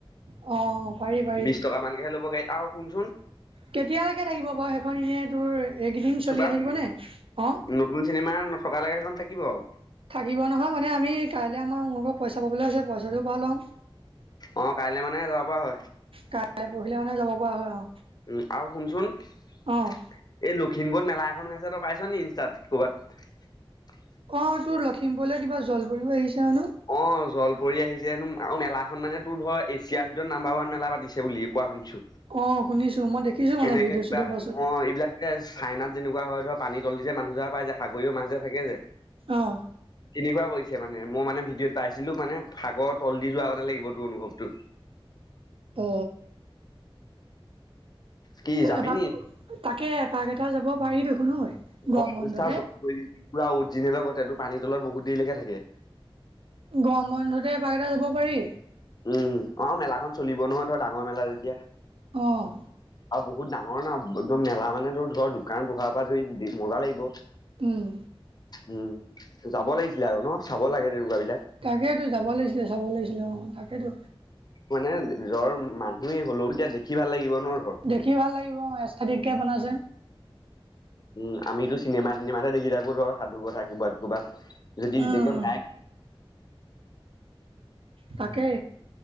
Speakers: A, on the right (about 70°); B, on the left (about 45°).
A: অ' পাৰি পাৰি
B: বিশ টকা মানকেহে ল'ব গাড়ী আৰু কোনচোন
A: কেতিয়ালৈকে থাকিব বাৰু সেইখন এনেই তোৰ এইকেইদিন
B: চুপা
A: চলিয়ে থাকিবনে
B: চুপি
A: অঁ
B: নতুন চিনেমা নথকালৈকে সেইখন থাকিব আৰু
A: থাকিব নহয় মানে আমি কাইলৈ আমাৰ মোৰ লগত পইচা পাবলৈ আছে পইচাটো পাল লওঁ
B: অ কাইলৈ মানে যাব পৰা হয়
A: কাইলৈ পঢহিলে মানে যাব পৰা হয় অ
B: উম আৰু শুনচোন এই
A: অ'
B: লক্ষ কিনবৰ্ড মেলা এখন আছে তই পাইছ নি ইনষ্টাত কৰ'ৰবাত
A: অ তোৰ লখিমপুৰলৈ কিবা জলব পৰিও আহিছে হেনো
B: অ জল পৰি আহিছে এ আৰু মেলাখন মানে তোৰ ধৰ এছিয়াৰ ভিতৰত নাম্বাৰ ওৱান মেলা পাতিছে বুলি কোৱা শুনিছো
A: অ' শুনিছোঁ মই দেখিছোঁ মানে
B: এনেকে
A: ভিডিঅ'
B: কিবা
A: চিডিঅ' পাইছোঁ
B: অ এইবিলাক যে চাইনাত যেনেকুৱা ক হয় ধৰ পানী তল দি যে মানুহজাহ পায় যে সাগৰিীয় মাছ যে থাকে যে
A: অ'
B: তেনেকুৱা কৰি মানে মই মানে ভিডিঅ'ত পাইছিলো মানে সাগৰ তল দি যোৱাগতে লাগিব তোৰ অনুভৱটো
A: ত
B: কি যাবি
A: এবাৰ
B: নিৈ
A: তাকে এপাক এটা যাব পাৰি দেখোন ঐ
B: ঘ
A: গৰম বন্ধতে
B: কৰি দি পুৰা উজ্জিনেল ঘতেটো পানীৰ তলত বহুত দেৰিলৈকে থাকে
A: গম বন্ধতে এপাকেইটা যাব পাৰি
B: উম অ মেলাখন চলিব নহয় ধৰ ডাঙৰ মেলা যেতিয়া
A: অঁ
B: আৰু বহুত ডাঙৰ না একদম মেলা মানে ধ ধৰ দোকান পোহাৰ পৰা ধৰি মজা লাগিব
A: হম
B: উম যাব লাগিছিলে আ ন চাব লাগে তেনেকুৱা বিলাক
A: তাকেইেতো যাব লাগিছিলে চাব লাগিছিলে অ তাকেতো
B: মানে জ্বৰ মানুহে হলও তেতিয়া দেখি ভাল লাগিব ন ধৰ
A: দেখি ভাল লাগিব অ ক বন আছে
B: উম আমিতো চিনেমা িমাতে দেখি থাকো ধৰ সাধু কথা কিবা য দ
A: উম,
B: দেদম গক
A: তাকে